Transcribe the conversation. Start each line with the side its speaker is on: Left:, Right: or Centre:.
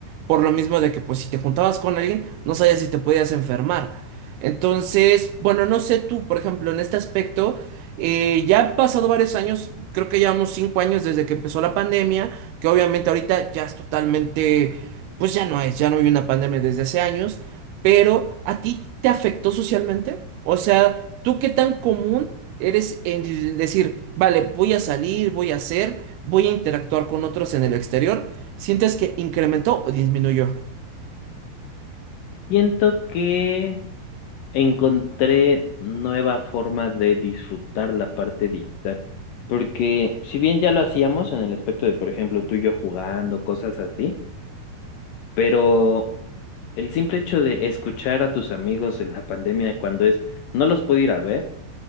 Right: Por lo mismo de que pues si te juntabas con alguien, no sabías si te podías enfermar. Entonces, bueno, no sé tú, por ejemplo, en este aspecto, eh, ya han pasado varios años, creo que llevamos cinco años desde que empezó la pandemia, que obviamente ahorita ya es totalmente, pues ya no es, ya no hay una pandemia desde hace años, pero ¿a ti te afectó socialmente? O sea, ¿tú qué tan común eres en decir, vale, voy a salir, voy a hacer, voy a interactuar con otros en el exterior? ¿Sientes que incrementó o disminuyó?
Left: Siento que encontré nueva forma de disfrutar la parte digital, porque si bien ya lo hacíamos en el aspecto de, por ejemplo, tú y yo jugando, cosas así, pero el simple hecho de escuchar a tus amigos en la pandemia cuando es, no los puedo ir a ver,